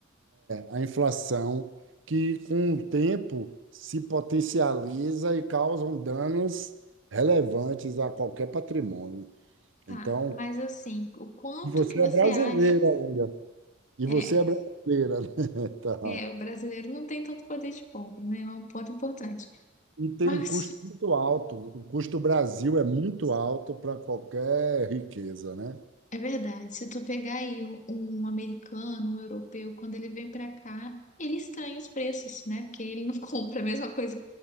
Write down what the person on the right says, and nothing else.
a inflação, que com o tempo se potencializa e causam danos relevantes a qualquer patrimônio.
Então,
e você
é brasileira
ainda. E
você é brasileira, né? <laughs> Tá.
E tem
um custo muito alto. O custo Brasil é muito alto para qualquer riqueza, né?